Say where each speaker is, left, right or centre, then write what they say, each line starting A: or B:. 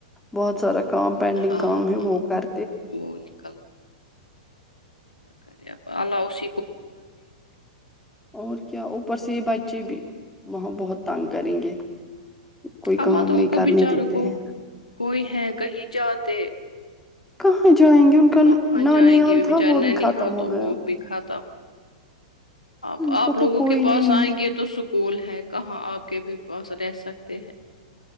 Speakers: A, in the centre; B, on the left (about 85°).
A: بہت سارا کا پینڈنگ
B: ہاں
A: کام ہے
B: ہاں
A: وہ کر
B: وہ نکل کے خپ اللہؤ ش
A: اور کیا اوپر سے ہی بائک جی بھی وہاں بہت تانگ کریں گے کوئی کام
B: ااں تو
A: نہیں
B: ان کو
A: کرنے
B: بچاروں
A: دیتے
B: کو
A: ہیں
B: کوئی ہے کہیں جاہاتے
A: کہاں جائیں گے ان کا
B: کہاں
A: نانیال
B: جائیں گی بھی
A: تھا
B: بچارے
A: وہ
B: نین
A: ختم
B: حال
A: ہو
B: تو
A: گیا
B: وہ بھی کھات تھا آپ
A: ان کا
B: آپ لوگوں
A: تو کوئی
B: کے
A: نہیں
B: پاس آئیں
A: ہے
B: گے تو سکول ہے کہاں آپ کے بھی پاس رہ سکتے ہیں